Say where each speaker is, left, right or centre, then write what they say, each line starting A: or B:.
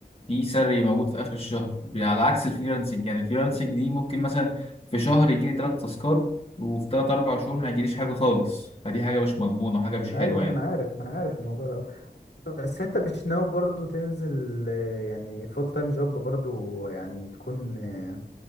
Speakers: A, on the left; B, on the left.
A: في سري موجود في اخر الشهر على عكس الفريلانسنج يعني الفريلانسنج دي ممكن مثلا في شهر يجي لي ثلاث تاسكات وفي ثلاث اربع شهور ما يجيليش حاجه خالص فدي حاجه مش مضمونه وحاجه مش
B: ايوه
A: حلوه
B: أيوه،
A: يعني
B: ما انا عارف ما انا عارف الموضوع ده بس انت مش ناوي برضو تنزل آه، يعني فول تايم جوب برضو يعني تكون آه،